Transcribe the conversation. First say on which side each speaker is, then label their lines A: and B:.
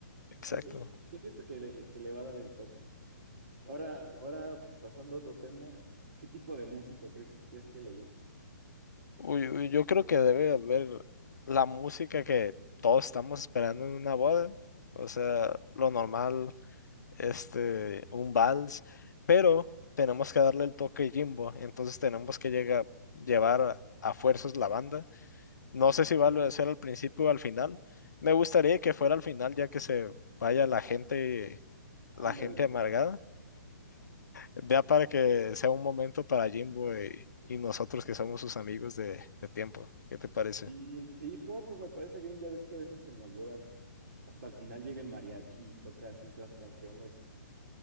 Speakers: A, on the left; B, on the right.
A: exacto.
B: pues sí, yo siento que le, que le va a dar el toque. Ahora, ahora pasando a otro tema, ¿qué tipo de música crees, crees que le guste?
A: Uy, uy, yo creo que debe haber la música que todos estamos esperando en una boda. O sea, lo normal, este, un vals, pero tenemos que darle el toque Jimbo. Entonces tenemos que llegar, llevar a a fuerzas la banda No sé si va a ser al principio o al final. Me gustaría que fuera al final, ya que se vaya la gente,
B: Ándale.
A: la gente amargada. Ya para que sea un momento para Jimbo y, y nosotros que somos sus amigos de, de tiempo. ¿Qué te parece?
B: Sí, sí, no, pues me parece bien, ya ves que a veces en las bodas hasta el final llega el mariachi y toca así las canciones y